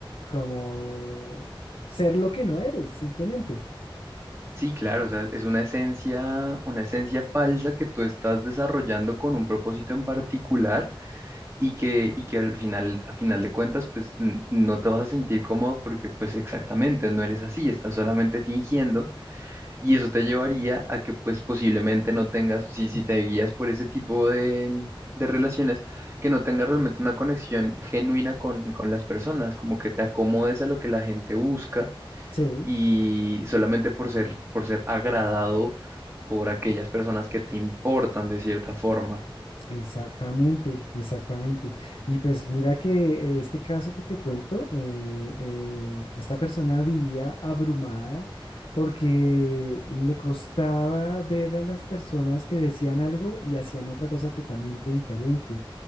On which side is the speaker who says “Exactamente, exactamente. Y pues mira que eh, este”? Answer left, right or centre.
Left